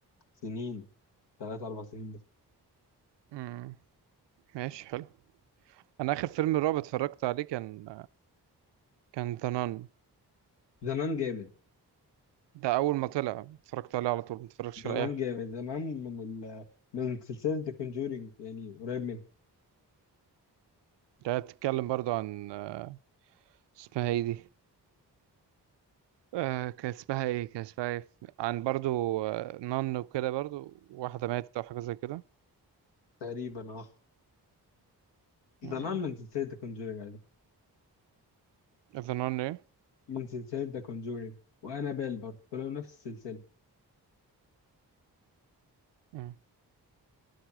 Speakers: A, on the left; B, on the right.
A: سنين ثلاث أربع سنين بس
B: امم ماشي حلو أنا آخر فيلم رعب اتفرجت عليه كان كان ذا نان
A: زمان جامد
B: ده أول ما طلع اتفرجت عليه على طول متفرجش
A: زمان
B: على أي حاجة
A: جامد زمان من ال من سلسلة ذا كونجورينج يعني قريب من
B: ده بتتكلم برضو عن آه، اسمها ايه دي؟ آه كان اسمها ايه كان اسمها ايه عن برضو آه، نان وكده برضو واحدة ماتت أو حاجة زي كده
A: تقريبا اه
B: امم
A: زمان من سلسلة ذا كونجورينج
B: ذا نان ايه؟
A: من سلسلة ذا كونجورينج وأنابيل برضه كلهم نفس السلسلة
B: مم.